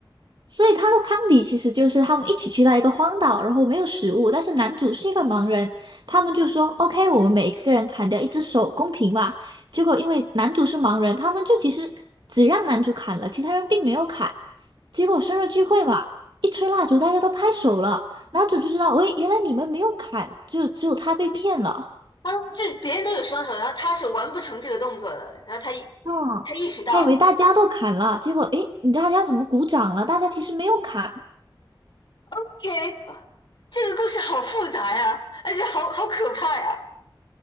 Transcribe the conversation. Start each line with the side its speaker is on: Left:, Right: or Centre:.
Right: 所以他的汤底其实就是他们一起去到一个荒岛，然后没有食物，但是男主是一个盲人，他们就说 OK，我们每一个人砍掉一只手，公平吧。结果因为男主是盲人，他们就其实只让男主砍了，其他人并没有砍。结果生日聚会嘛，一吹蜡烛，大家都拍手了，男主就知道，喂，原来你们没有砍，就只有他被骗了。
Left: 啊，这别人都有双手，然后他是完不成这个动作的，然后他一
Right: 嗯，
Left: 他意识到了
Right: 他以为大家都砍了，结果诶，你大家怎么鼓掌了？大家其实没有砍，
Left: ，OK，啊这个故事好复杂呀，而且好好可怕呀